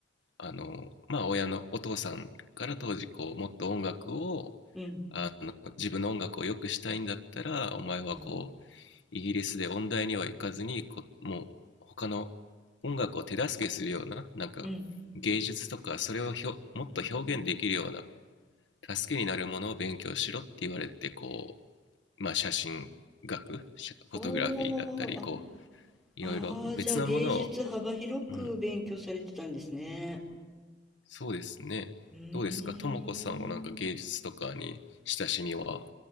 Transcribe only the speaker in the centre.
うん、
うん、
うん。
おー、
あ、あー、じゃあ芸術幅広く勉強されてたんですね。
うーん。